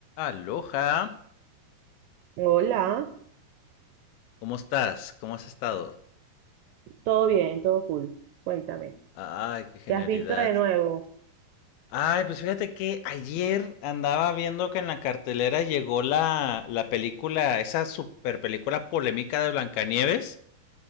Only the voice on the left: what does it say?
Aloha,
¿cómo estás? ¿Cómo has estado?
Ay, qué genialidad.
Ay, pues fíjate que ayer andaba viendo que en la cartelera llegó la, la película, esa super película polémica de Blancanieves.